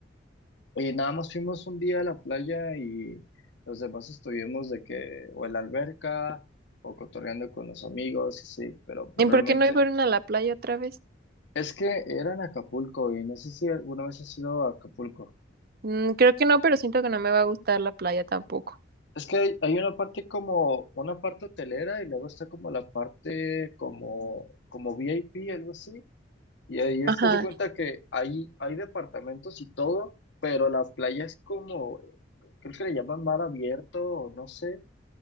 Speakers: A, on the left; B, on the right.
A: y nada más fuimos un día a la playa y los demás estuvimos de que, o en la alberca, o cotorreando con los amigos, y sí, pero pues
B: ¿Y por
A: realmente,
B: qué no fueron a la playa otra vez?
A: es que era en Acapulco y no sé si alguna vez has ido a Acapulco.
B: Mm, creo que no, pero siento que no me va a gustar la playa tampoco.
A: Es que hay, hay una parte como, una parte hotelera y luego está como la parte como, como VIP, algo así. Y ahí es
B: Ajá.
A: que se cuenta que hay, hay departamentos y todo, pero la playa es como, creo que le llaman mar abierto o no sé.